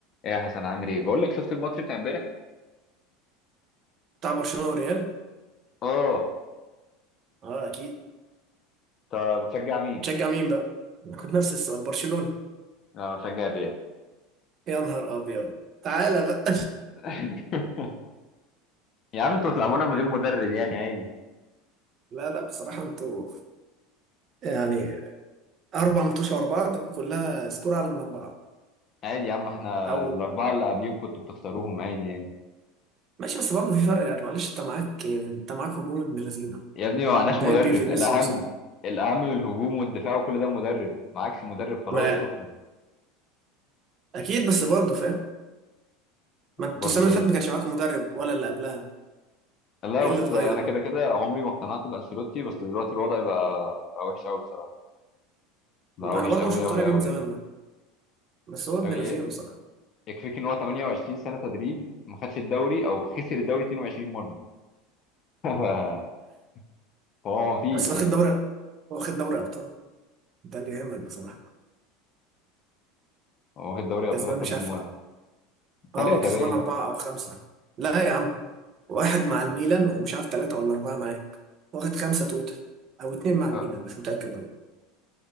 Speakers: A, on the left; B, on the right.
A: ايه يا حسن عامل ايه بقول لك شفت الماتش بتاع امبارح
B: بتاع برشلونة والريال
A: اه
B: اه اكيد
A: طب بتشجع مين
B: تشجع مين بقى انا كنت نفس السؤال برشلونة
A: انا بشجع الريال
B: يا نهار ابيض تعالى بقى
A: <laughs> يا عم انتوا بتلعبونا من غير مدرب يعني عادي
B: <laughs> لا لا بصراحة انتوا يعني اربع ماتشات ورا بعض كلها سكور اعلى من اربعة
A: عادي يا عم احنا
B: او
A: الاربعه اللي قبليهم كنتوا بتخسروهم عادي يعني
B: ماشي بس برضه في فرق يعني معلش انت معاك يعني، انت معاك هجوم ابن لذينه
A: يا ابني ما معناش
B: مبابي
A: مدرب
B: فينيسيوس
A: الاهم الاهم من الهجوم والدفاع وكل ده مدرب معكش مدرب خلاص
B: ما
A: شكرا
B: اكيد بس برضه فاهم ما انتوا
A: برضو
B: السنة اللي
A: ايه
B: فاتت ما كانش معاكم مدرب ولا اللي قبلها
A: لا
B: ايه
A: بس
B: اللي اتغير
A: انا
B: بقى
A: كده كده عمري ما اقتنعت بانشيلوتي بس دلوقتي الوضع بقى بقى وحش قوي بصراحه بقى
B: انا
A: وحش
B: برضه
A: قوي
B: مش مقتنع
A: قوي
B: بيه
A: قوي
B: من زمان
A: يعني
B: ده بس هو ابن
A: يعني
B: لذينه بصراحة
A: يكفيك ان هو 28 سنه تدريب ما خدش الدوري او خسر الدوري 22 مره <laughs> هو ما فيش
B: بس واخد
A: يعني
B: دوري واخد دوري ابطال ده اللي يهمك بصراحة
A: هو واخد دوري ابطال
B: كسبان
A: اكتر
B: مش
A: من
B: عارف
A: مره ثلاثه
B: اه كسبان
A: باين
B: أربعة أو خمسة لا يا عم واحد مع الميلان ومش عارف تلاتة ولا أربعة معاك واخد خمسة توتال أو اتنين مع الميلان
A: آه.
B: مش متأكد والله